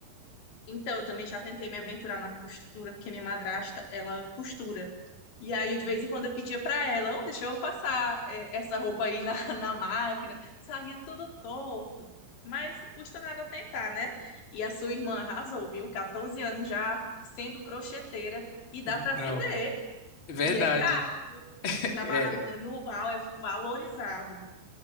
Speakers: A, on the left; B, on the left.
A: Então, eu também já tentei me aventurar na costura, porque minha madrasta, ela costura. E aí, eu, de vez em quando, eu pedia para ela, oh, deixa eu passar eh, essa roupa aí na, <laughs> na máquina. Saía tudo torto. Mas custa nada tentar, né? E a sua irmã arrasou, viu? 14 anos já sendo crocheteira e dá
B: Então,
A: para vender.
B: é verdade.
A: E é caro. trabalho
B: É,
A: manual é valorizado.